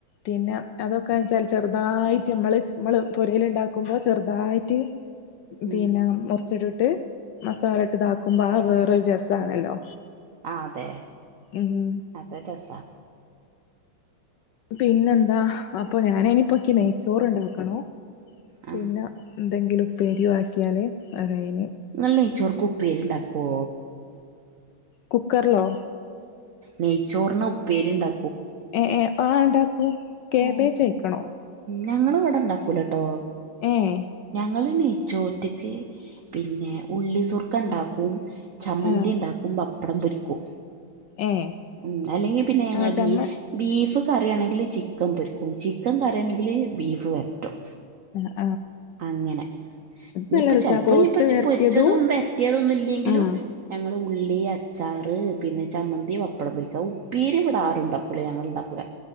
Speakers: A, on the left (about 75°); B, on the right (about 80°).
A: പിന്നെ അതൊക്കെ ന്ന്ച്ചാല് ചെറുതായിട്ട് അമ്മള് മ്മള് പൊരെല് ഇണ്ടാക്കുമ്പോ ചെറുതായിട്ട്
B: ഉം
A: പിന്നെ മുർച്ച്ട്ട്ട്ട് മസാല ഇട്ട് ഇതാക്കുമ്പോ ആ വേറൊരു രസാണല്ലോ.
B: ആതെ
A: ഉം
B: അതൊര് രസാ.
A: പിന്നെന്താ അപ്പൊ ഞാനയ്ന് ഇപ്പൊക്കി നെയ്ച്ചോറ് ഉണ്ടാക്കണോ
B: ആ
A: പിന്നെ എന്തെങ്കിലും ഉപ്പേരിയും ആക്കിയാല് അതായിന്
B: ഇങ്ങള് നെയ്‌ച്ചോറ്ക്ക് ഉപ്പേരിണ്ടാക്കോ
A: കുക്കർലോ
B: നെയ്ച്ചോർന് ഉപ്പേരിണ്ടാ
A: <unintelligible> ആഹ് ഉണ്ടാക്കും. കേബേജയിക്കണൊ.
B: ഏ ഞങ്ങള് വടെ ഉണ്ടാക്കൂല ട്ടോ.
A: ഏഹ്
B: ഞങ്ങൾ നെയ്ച്ചോറ്റ്ക്ക് പിന്നെ ഉള്ളി സുർക്ക ഉണ്ടാക്കും. ചമ്മന്തീം
A: ആ
B: ഉണ്ടാക്കും പപ്പടം പൊരിക്കും.
A: ഏ
B: ഉം അല്ലെങ്കിൽ പിന്നെ ഞങ്ങള്
A: ആ ചമ്മ
B: ബീ ബീഫ് കറി ആണെങ്കിൽ ചി ചിക്കൻ പൊരിക്കും. ചിക്കൻ കറിയാണെങ്കിൽ ബീഫ് വരട്ടും.
A: ആഹ്
B: അങ്ങനെ ഇഞ്പ്പ
A: നല്ല രസാ
B: ചെൽപ്പോ
A: പോത്ത്
B: ഇഞ്ഞിപ്പച്ച്
A: വരട്ടിയതും
B: പൊരിച്ചതും വരറ്റിയതൊന്നും ഇല്ലെങ്കിലും
A: ആ
B: ഞങ്ങള് ഉള്ളി, അച്ചാറ്, പിന്നെ ചമ്മന്തി, പപ്പടം പൊരിക്ക. ഉപ്പേരി ഇവിടെ ആരുണ്ടാ ക്കൂല. ഞങ്ങൾ ഇണ്ടാക്കൂല.